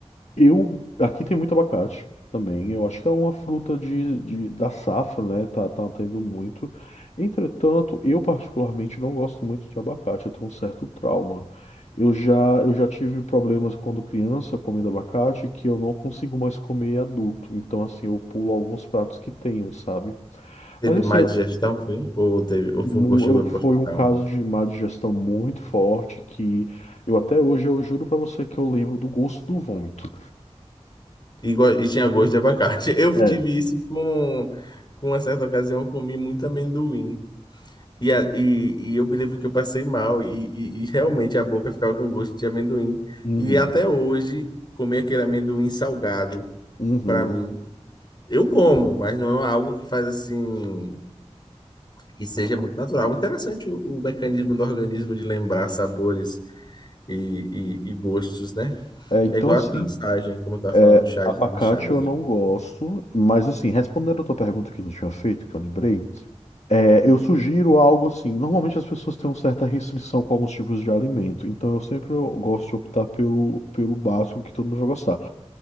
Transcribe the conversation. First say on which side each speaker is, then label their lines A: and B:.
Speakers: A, on the left (about 75°); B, on the left (about 40°).
A: Eu, aqui tem muito abacate também. Eu acho que é uma fruta de, de- da safra, né? Tá, tá tendo muito. Entretanto, eu particularmente não gosto muito de abacate. Eu tenho um certo trauma. Eu já, eu já tive problemas quando criança comendo abacate que eu não consigo mais comer adulto. Então, assim, eu pulo alguns pratos que tenham, sabe?
B: Teve
A: Mas, assim,
B: má
A: eu-
B: digestão, foi? Ou, teve, ou
A: mu-
B: foi, ou chegou
A: eu- foi
B: para o hospital?
A: um caso de má digestão muito forte que eu até hoje eu juro pra você que eu lembro do gosto do vômito.
B: E, go- e tinha gosto de abacate. <laughs> Eu
A: É.
B: tive isso com, com uma certa ocasião, eu comi muito amendoim. E, a- e, e eu me lembro que eu passei mal e, e, e realmente a boca ficava com gosto de amendoim.
A: Uhum.
B: E até hoje, comer aquele amendoim salgado,
A: Uhum.
B: para mim, eu como, mas não é algo que faz assim, que seja muito natural. Interessante o, o mecanismo do organismo de lembrar sabores e, e, e gostos, né?
A: É, então,
B: É igual
A: assim,
B: a trançagem, como tá
A: é,
B: falando, o chá
A: abacate
B: de trançagem.
A: eu não gosto, mas, assim, respondendo a tua pergunta que tu tinha feito, que eu lembrei, é, eu sugiro algo assim. Normalmente as pessoas têm uma certa restrição com alguns tipos de alimento, então eu sempre eu gosto de optar pelo, pelo básico que todo mundo vai gostar.